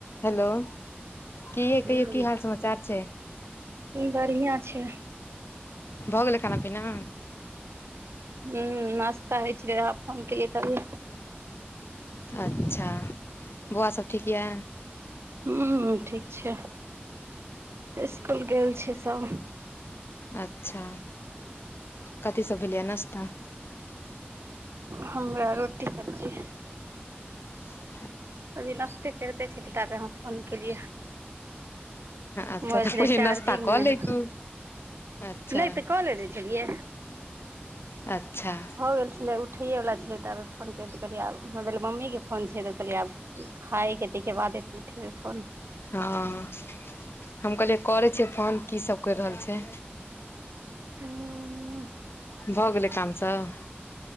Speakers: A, on the left; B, on the right.
A: Hello, कि यै
B: हूँ
A: कहियौ की हाल समाचार छै?
B: बढ़िआँ छै।
A: भ गेलैय खाना पीना?
B: हम्म, नाश्ता होय छलैय, अहां फोन केलियै तभी।
A: अच्छा।
B: <inaudible>
A: बौआ सब ठीक यै
B: हुम्म ठीक छैय, स्कुल गेल छैय सब।
A: अच्छा, कथी सब भेलैय याऽ नाश्ता?
B: हमरा रोटी सब्जी।
A: <inaudible>
B: अभी नश्ते कैरते छेल ताबे अहाँ फोन केलियै।
A: अच्छा
B: मोआइल
A: तऽ
B: छलैय
A: पहिले
B: चार्जिंग
A: नाश्ता
B: में।
A: कऽ लैतू अच्छा
B: नैय त क लेने छलियै।
A: अच्छा।
B: भ गेल छलै, उठैये बला छियै ताबे फोन कैऽ द-देलियै, आब हमा भेल मम्मी के फो फोन छै तऽ कहलियै आब खाए के तैके बादे उठेबै फोन।
A: हँ। हम कहलियै करै छियैइ फोन, की सब कैर रहल छै?
B: हूँ
A: भऽ गेलै काम सब?